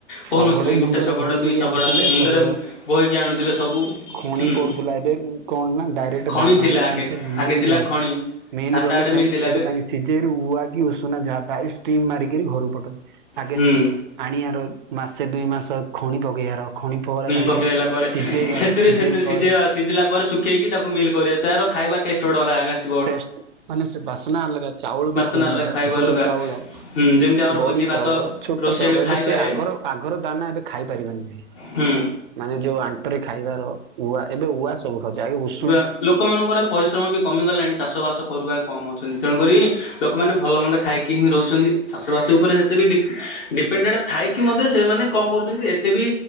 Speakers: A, on the left; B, on the right.
A: କହୁନଥିଲି
B: ଶଗଡ଼ ମୁଣ୍ଡରେ
A: ଗୋଟେ ଶଗଡ଼,
B: ଭୁଇଁକିରି
A: ଦୁଇ ଶଗଡ଼,
B: ଆଣୁଥିଲେ
A: ମୁଣ୍ଡରେ
B: ଶଗଡ଼
A: ବୋହିକି ଆଣୁଥିଲେ ସବୁ
B: ଖଣି
A: ହୁଁ
B: ପଡ଼ୁଥିଲା, ଏବେ କଣନା ଡାଇରେକ୍ଟ
A: ଖଣି
B: ଧାନ
A: ଥିଲା
B: ହେଲାନି
A: ଆଗେ
B: ସେମିଲ୍
A: ଆଗେ ଥିଲା
B: ଯାଉଚି।
A: ଖଣି
B: ମିଲ୍
A: ଧାନଟା
B: ଗଲେ
A: ଆଡେ
B: ତା
A: ମିଲ୍ ଥିଲା
B: ସେଠା
A: ଏବେ
B: ତାଙ୍କେସେ ସିଝେଇରୁ ଉଆକି ଉଷୁନା ଯାମାରିକ ଷ୍ଟିମ୍ ମାରିକି ଘରକୁ ପଠାନ୍ତି ଆଗେ
A: ହୁଁ
B: ଆଣି ଆର ମାସେ ଦୁଇ ମାସ ଖଣି ପକେଇବାର ଖଣି ପହରେ ତାଙ୍କେ
A: ପକେଇଲା ପରେ
B: ସିଝେଇବାର
A: ସେଥିରେ
B: ସିଝେଇ
A: ସେଥିରେ
B: ପରେ
A: ସିଝେଇବା ସିଝିଲା ପରେ ଶୁଖେଇକି ତାକୁ ମିଲ୍ କରିଆ ତାର ଖାଇବା ଟେଷ୍ଟ ଗୋଟେ ଅଲଗା ଆଗେ ଆମେ।
B: ଟେଷ୍ଟେ ମାନେ ସେବାସ୍ନା ଅଲଗା ଚାଉଳବି
A: ବାସ୍ନା
B: ଫୁଲିବାର
A: ଅଲଗା ଖାଇବା
B: ଏବର
A: ଅଲଗା
B: ଚାଉଳ
A: ହୁଁ ଯେମିତି ଆମର
B: ଗଡ଼ି
A: ଭୋଜି ଭାତ
B: ଚାଉଳ ଛୋଟ
A: ରୋଷେଇ
B: ଚାଉଳ
A: ଖାଇବାରେ
B: ଏବେ ସେ ଆଗର ଆଗର ଦାନା ଏବେ ଖାଇପାରିବାନି।
A: ହୁଁ।
B: ମାନେ ଯୋଉ ଆଣ୍ଟରେ ଖାଇବାର ଉଆ ଏବେ ଉଆ ସବୁ ଖାଉଛ ଆଗେ ଉ
A: ବା ଲୋକମାନଙ୍କର ପରିଶ୍ରମବି କମିଗଲାଣି ଚାଷ ବାସ କରୁବା କମ୍ ଅଛନ୍ତି ତେଣୁକରି ଲୋକମାନେ ଭଲ ମନ୍ଦ ଖାଇକି ହିଁ ରହୁଛନ୍ତି, ଚାଷବାସ ଉପରେ ସେତବି ଡିପେ ଡିପେଣ୍ଡେ ଥାଇକି ମଧ୍ୟ ସେମାନେ କଣ କରୁଚନ୍ତି ଏତେବି